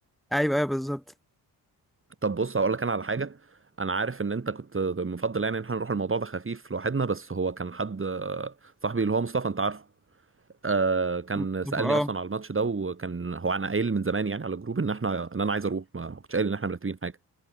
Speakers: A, in the centre; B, on the right.
A: ايوه ايوه بالظبط
B: طب بص هقول لك انا على حاجة انا عارف ان انت كنت مفضل يعني ان احنا نروح الموضوع ده خفيف لوحدنا بس هو كان حد آه، صاحبي اللي هو مصطفى انت عارفه آه كان
A: مصطفى
B: سألني
A: اه
B: اصلا على الماتش ده وكان هو انا قايل من زمان يعني على الجروب ان احنا ان انا عايز اروح ما ما كنتش قايل ان احنا مرتبين حاجه